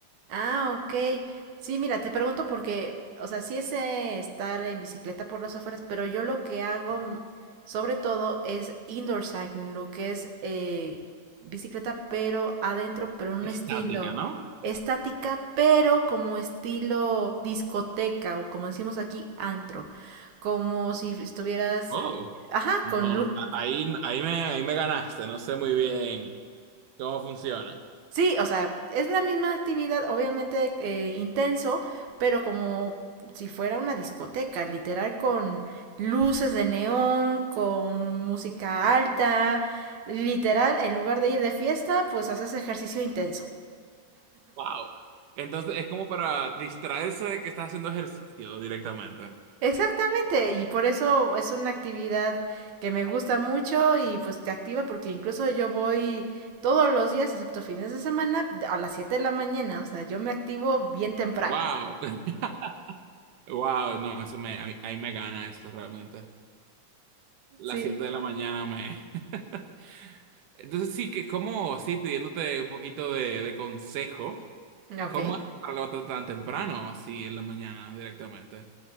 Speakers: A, on the right; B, on the right.
A: Ah, ok. Sí, mira, te pregunto porque, o sea, sí es eh, estar en bicicleta por las afueras, pero yo lo que hago mm, sobre todo es indoor cycling, lo que es eh, bicicleta pero adentro, pero en
B: Estática,
A: un estilo
B: ¿no?
A: estática, pero como estilo discoteca o como decimos aquí, antro, como si estuvieras,
B: Oh,
A: eh, ajá,
B: no,
A: con luz.
B: a- ahí, ahí me, ahí me ganaste, no sé muy bien. ¿Cómo funciona?
A: Sí, o sea, es la misma actividad, obviamente eh, intenso, pero como si fuera una discoteca, literal con luces de neón, con música alta, literal, en lugar de ir de fiesta, pues haces ejercicio intenso.
B: Wow. Entonces es como para distraerse de que estás haciendo ejercicio directamente.
A: Exactamente, y por eso es una actividad que me gusta mucho y pues te activa porque incluso yo voy todos los días, excepto fines de semana, a las 7 de la mañana, o sea, yo me activo bien temprano.
B: Wow. <laughs> Wow, no, eso me, a mí, ahí me gana eso realmente. Las
A: Sí,
B: 7 de la mañana me... <laughs> Entonces sí, que como así pidiéndote un poquito de, de consejo,
A: ok.
B: ¿cómo haces para levantarte tan temprano así en la mañana directamente?